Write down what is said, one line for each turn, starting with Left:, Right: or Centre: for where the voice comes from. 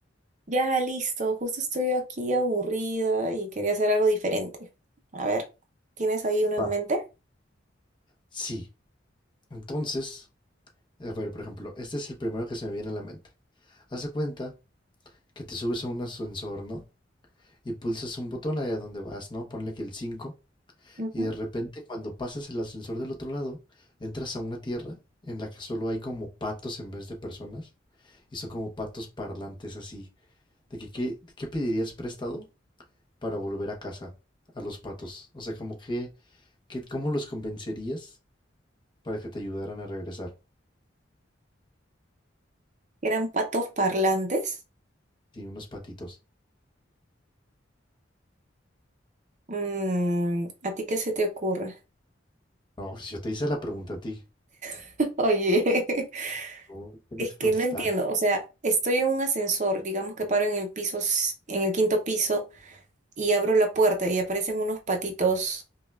Right: Ya listo, justo estoy aquí aburrida y quería hacer algo diferente. A ver, ¿tienes ahí uno
Left: Va.
Right: en mente?
Left: Sí. Entonces, a ver, por ejemplo, este es el primero que se me viene a la mente. Haz de cuenta que te subes a un ascensor, ¿no? Y pulsas un botón ahí a donde vas, ¿no? Ponle que el cinco
Right: Ujú.
Left: Y de repente, cuando pasas el ascensor del otro lado, entras a una tierra en la que solo hay como patos en vez de personas. Y son como patos parlantes así de que qué, qué pedirías prestado para volver a casa a los patos. O sea, como que, que- ¿cómo los convencerías para que te ayudaran a regresar?
Right: Eran patos parlantes.
Left: Sí, unos patitos.
Right: Mm, ¿a ti qué se te ocurre?
Left: No, si yo te hice la pregunta a ti,
Right: <laughs> Oye,
Left: tú
Right: <laughs>
Left: tienes
Right: es
Left: que
Right: que
Left: contestar.
Right: no entiendo, o sea, estoy en un ascensor, digamos que paro en el piso, s- en el quinto piso y abro la puerta y aparecen unos patitos.